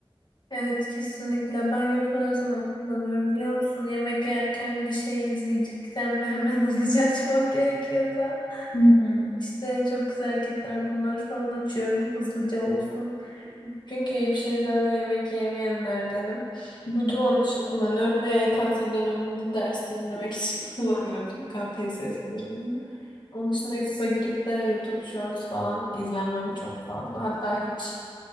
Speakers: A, on the left (about 50°); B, on the left (about 80°).
A: Evet kesinlikle. Ben YouTube'u ne zaman kullanıyorum biliyor musun? Yemek yerken bir şey izleyeceksem ve hemen <laughs> hızlıca açmam gerekiyorsa.
B: Hı hı.
A: İşte çok güzel hareketler bunlar falan açıyorum. Hızlıca olsun. Çünkü bir şey izlemeden yemek yemeyenlerdenim.
B: Hı.
A: YouTube onun için kullanıyorum ve EKT döneminde ders dinlemek için <laughs> kullanıyordum. KPSS döneminde. Onun dışında YouTube'a girip de YouTube Shorts falan izlemem çok fazla. Hatta hiç.